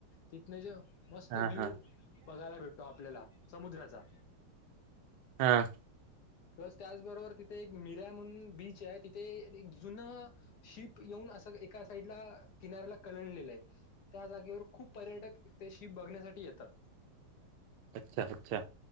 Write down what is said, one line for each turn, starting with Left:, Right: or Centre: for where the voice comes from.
Left: तिथंन तर... मस्त
Right: हा
Left: व्ह्यू
Right: हा
Left: बघायला भेटतो आपल्याला समुद्राचा
Right: हा...
Left: प्लस त्याचबरोबर तिथे एक मिऱ्या म्हणून बीच आहे तिथे एक जुनं शिप येऊ.. न एका साईडला किनाऱ्याला कलंडलेलं आहे त्या जागेवर खूप पर्यटक ते शीप बघण्या... त्या साठी येतात.
Right: अच्छा, अच्छा,